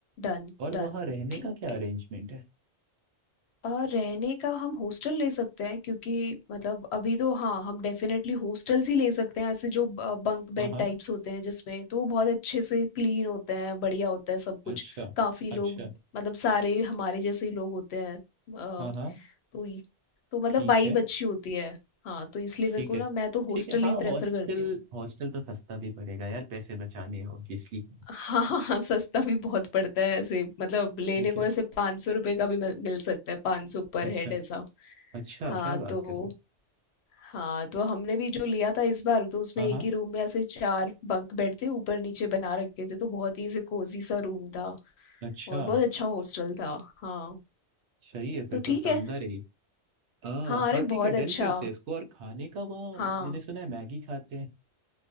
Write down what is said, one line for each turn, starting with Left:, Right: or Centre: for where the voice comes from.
Left: डन
Right: और
Left: डन
Right: वहाँ रहने
Left: ठीक
Right: का क्या
Left: है
Right: अरेंजमेंट है
Left: और रहने का हम हॉस्टल ले सकते हैं क्योंकि मतलब अभी तो हाँ हम डेफिनेटली हॉस्टल्स ही ले सकते हैं ऐसे जो बंक बेड
Right: हाँ हाँ
Left: टाइप्स होते हैं जिसमें तो वो बहुत अच्छे से क्लीन होते हैं बढ़िया होता है सब कुछ
Right: अच्छा
Left: काफी
Right: अच्छा
Left: लोग मतलब सारे हमारे जैसे ही लोग होते हैं अ,
Right: हाँ हाँ
Left: तो ये- तो मतलब
Right: ठीक
Left: वाइब
Right: है
Left: अच्छी होती है हाँ तो इसलिए मेरे
Right: ठीक
Left: को
Right: है
Left: ना मैं तो हॉस्टल
Right: ठीक है हाँ
Left: ही प्रेफर
Right: हॉस्टल
Left: करती हूँ
Right: हॉस्टल तो सस्ता भी पड़ेगा यार पैसे बचाने हैं ऑब्वियसली
Left: हाँ हाँ हाँ, सस्ता भी बहुत पड़ता है ऐसे मतलब लेने
Right: ठीक
Left: को
Right: है
Left: ऐसे पाँच सौ रुपये का भी मिल, मिल सकता है पाँच सौ पर
Right: अच्छा
Left: हेड ऐसा
Right: अच्छा
Left: हाँ
Right: क्या बात
Left: तो
Right: कर रहे हो
Left: हाँ तो हमने भी जो लिया था इस बार तो उसमें
Right: हाँ
Left: एक
Right: हाँ
Left: ही रूम में ऐसे चार बंक बेड थे ऊपर नीचे बना रखे थे तो बहुत ही ऐसे कोजी सा रूम था
Right: अच्छा
Left: और बहुत अच्छा हॉस्टल था हाँ
Right: सही है फिर
Left: तो ठीक
Right: तो शानदार
Left: है
Right: है ये। अ,
Left: हाँ अरे
Right: हाँ ठीक
Left: बहुत
Right: है डन
Left: अच्छा
Right: करते हैं इसको और खाने का वहाँ
Left: हाँ
Right: मैंने सुना है मैगी खाते हैं